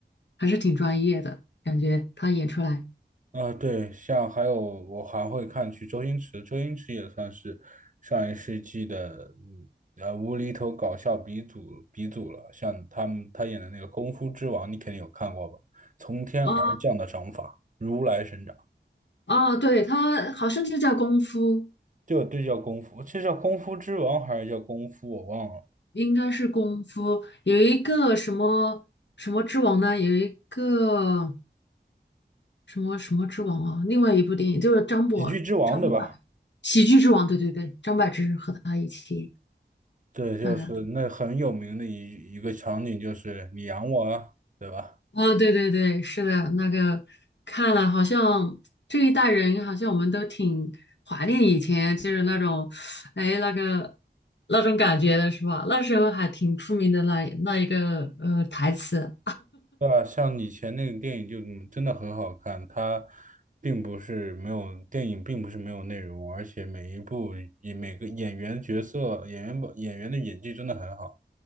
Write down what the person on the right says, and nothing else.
啊、对，像还有我还会看去周星驰，周星驰也算是上一世纪的嗯呃无厘头搞笑鼻祖鼻祖了。像他们他演的那个《功夫之王》，你肯定有看过吧？从天而降的掌法，
如来神掌。
对对，叫功夫，这叫功夫之王还是叫功夫？我忘了，
喜剧之王对吧？
对，就是那很有名的一一个场景，
就是你养我啊，对吧？
对啊，像以前那个电影就嗯真的很好看，它并不是没有电影，并不是没有内容，而且每一部以每个演员角色演员把演员的演技真的很好，